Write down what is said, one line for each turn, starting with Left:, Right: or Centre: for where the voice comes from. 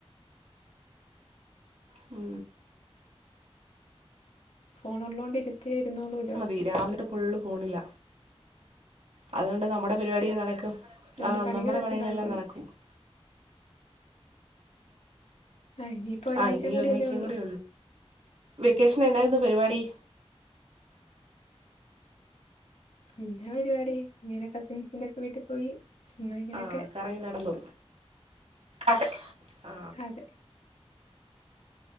Right: മ
Left: ഫോണൊള്ളോണ്ടരിക്ക ക്കെ ഇരുന്നോളും
Right: മതി രാവിലെതൊട്ട് ഫുള്ള് ഫോണില്ല അതുകൊണ്ട് നമ്മുടെ പരിപാടി നടക്കും
Left: അതുകൊണ്ട്
Right: ആ
Left: പണികളൊക്കെ
Right: നമ്മുടെ പണികളെല്ലാം
Left: നടക്കുന്നു
Right: നടക്കും <inaudible>
Left: ആ ഇനിയിപ്പോ ഒരാഴച
Right: ആ ഇനി
Left: കൂടിയല്ലേ
Right: ഒരാഴ്ചയും
Left: ഉള്ളൂ
Right: കൂടി വെക്കേഷൻ എന്നായിരുന്നു പരിപാടി
Left: എന്നെ പരിപാടി ഇങ്ങനെ കസിൻസിന്റെക്കെ വീട്ടിൽ പോയി ചുമ്മാ ഇങ്ങനെയൊക്കെ
Right: ആ കറങ്ങി നടന്നു അതെ ആ
Left: അതെ